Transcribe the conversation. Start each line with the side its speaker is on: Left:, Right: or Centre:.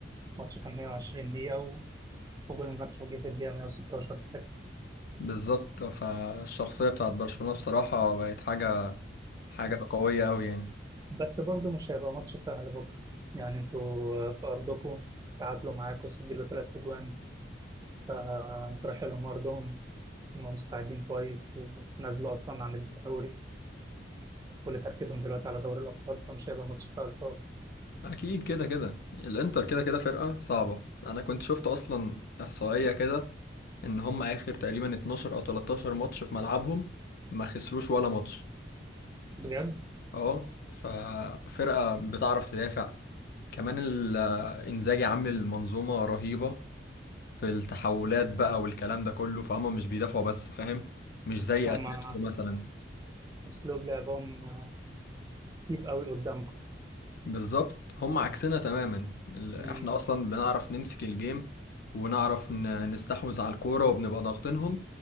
Right: ماتش كان 120 دقيقه و- وجون المكسب جه في الدقيقه 116
Left: بالظبط فالشخصية بتاعت برشلونة بصراحة بقت حاجة حاجة قوية أوي يعني
Right: بس برضه مش هيبقى ماتش سهل بكره يعني انتوا اه، في ارضكم تعادلوا معاكم سجلوا ثلاث اجوان فانتوا رايحين لهم ارضهم هم مستعدين كويس ونزلوا أصلا عن الدوري كل تركيزهم دلوقتي على دوري الأبطال فمش هيبقى ماتش سهل خالص
Left: أكيد كده كده الإنتر كده كده فرقة صعبة أنا كنت شفت أصلا إحصائية كده إن هم آخر تقريبا 12 أو 13 ماتش في ملعبهم ما خسروش ولا ماتش
Right: بجد
Left: اه ففرقة بتعرف تدافع كمان ال- انزاجي عامل منظومة رهيبة في التحولات بقى والكلام ده كله فهم مش بيدافعوا بس فاهم مش زي
Right: هم
Left: اتلتيكو مثلا
Right: أسلوب لعبهم آه، تيب قوي قدامكم
Left: بالظبط هم عكسنا تماما ال- احنا
Right: مم.
Left: اصلا بنعرف نمسك الجيم ونعرف ن- نستحوذ على الكورة وبنبقى ضاغطينهم